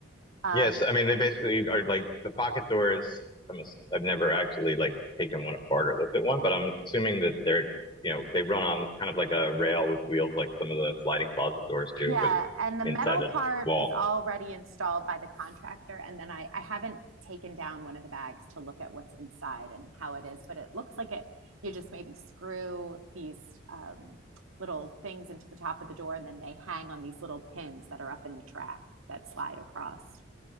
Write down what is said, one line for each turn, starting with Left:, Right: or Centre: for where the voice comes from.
Right: um,
Left: Yes, I mean they basically are like the pocket doors. I'm ass- I've never actually like taken one apart or looked at one, but I'm assuming that they're you know they run on kind of like a rail with wheels, like some of the sliding closet doors do,
Right: Yeah,
Left: but it's
Right: and the
Left: inside
Right: metal
Left: a
Right: part
Left: wall.
Right: is already installed by the contractor, and then I I haven't taken down one of the bags to look at what's inside and how it is, but it looks like it. You just maybe screw these um, little things into the top of the door, and then they hang on these little pins that are up in the track that slide across.